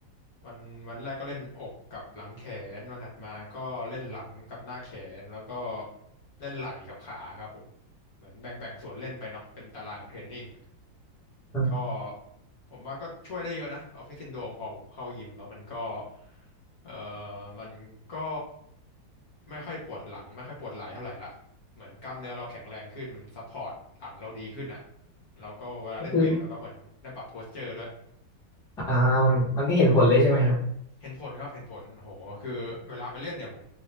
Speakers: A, on the left; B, in the centre.
A: วันวันแรกก็เล่นอกกับหลังแขนวันถัดมาก็เล่นหลังกับหน้าแขนแล้วก็เล่นไหล่กับขาครับผมเหมือนแบ่งแบ่งส่วนเล่นไปเนาะเป็นตารางเทรนนิ่ง
B: ่า
A: ก็ผมว่าก็ช่วยได้เยอะนะออฟฟิศซินโดรมพอผมเข้ายิมแล้วมันก็เอ่อมันก็ไม่ค่อยปวดหลังไม่ค่อยปวดไหล่เท่าไหร่ละ เหมือนกล้ามเนื้อเราแข็งแรงขึ้นมันซัพพอร์ตหลังเราดีขึ้นอ่ะแล้วก็เวลาเล่นเวทเราก็เหมือนได้ปรับโพสเจอร์ด้วย
B: ก็คืออ่ามันมันก็เห็นผลเลยใช่ไหมครับ
A: เห็นผลครับเห็นผลโหคือเวลาไปเล่นเนี่ยผม